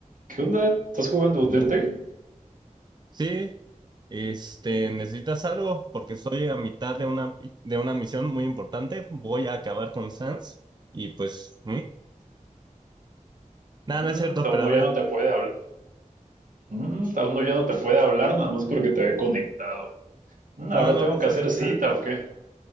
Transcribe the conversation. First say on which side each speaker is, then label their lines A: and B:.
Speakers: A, on the right; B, on the right.
A: ¿Qué onda? ¿Estás jugando Undertale?
B: Sí, este, ¿necesitas algo? Porque estoy a mitad de una, de una misión muy importante. Voy a acabar con Sans y pues... ¿Mm? Nada,
A: Mm,
B: no es cierto, pero
A: uno
B: a ver...
A: ya no te puede hablar. Mm, uno ya no te puede hablar nada más porque te ve conectado. Mm,
B: No,
A: ahora
B: no
A: tengo
B: pasa
A: que hacer
B: nada.
A: cita, ¿o qué?